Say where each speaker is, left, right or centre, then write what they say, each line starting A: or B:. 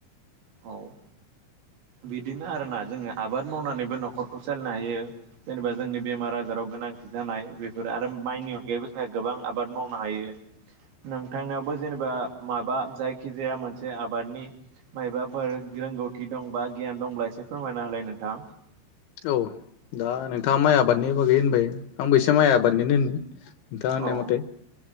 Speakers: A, on the right; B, on the left.
A: औ बिदिनो आरोना जोङो आबाद मावनानैबो नखरखौ सालायनो हायो जेनेबा जोंनि बेमार आजार आव गोनांथि जानाय बे बेफोर आरो माइनि अनगायैबो जोंहा गोबां आबाद मावनो हायो नोंथांनावबो जेनेबा माबा जायखिजाया मोनसे आबादनि माइबाफोर रोंगौथि दंबा गियान दंब्ला एसे फोरमायना होलाय नोंथां
B: औ दा नोंथाङा माइ आबादनि बागै होनबाय आंबोसे माइ आबाद निनोन नोंथाङा होननाय
A: औ
B: मथे